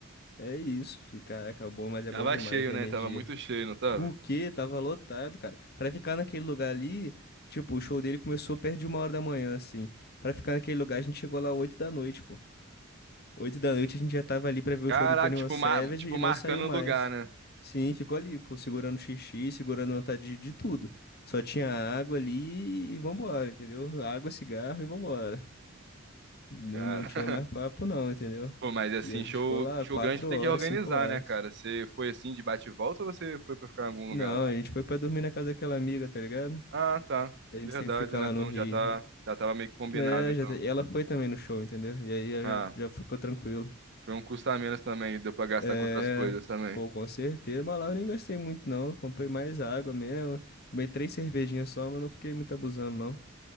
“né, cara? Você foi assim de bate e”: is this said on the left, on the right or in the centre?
Right